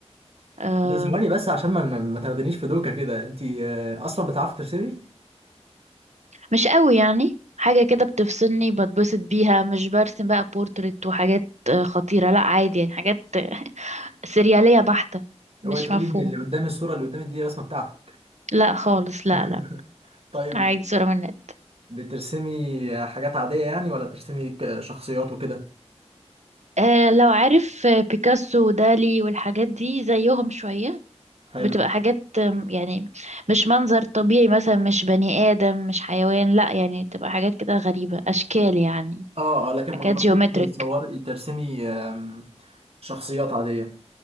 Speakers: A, on the right (about 85°); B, on the right (about 60°).
A: آه
B: ده ثواني بس عشان ما ما تاخدنيش في دوكه كده انت آه، اصلا بتعرفي ترسمي
A: مش قوي يعني حاجة كده بتفصلني بتبسط بيها مش برسم بقى بورتريت وحاجات آه، خطيرة لا عادي يعني حاجات آه، سريالية بحتة مش
B: اوعي تقولي
A: مفهوم
B: ان اللي قدامي الصوره اللي قدامي دي الرسمه بتاعتك
A: لا خالص لا
B: <laughs>
A: لا
B: طيب
A: عادي صورة من النت
B: بترسمي حاجات عاديه يعني ولا بترسمي ك- شخصيات وكده
A: آه لو عارف آه، بيكاسو ودالي والحاجات دي زيهم شوية
B: حلو
A: بتبقى حاجات آم، يعني مش منظر طبيعي مثلا مش بني آدم مش حيوان لا يعني تبقى حاجات كده غريبة أشكال يعني
B: اه اه لكن
A: حاجات
B: ما جربتيش
A: جيومتريك
B: تصوري ترسمي آم، شخصيات عاديه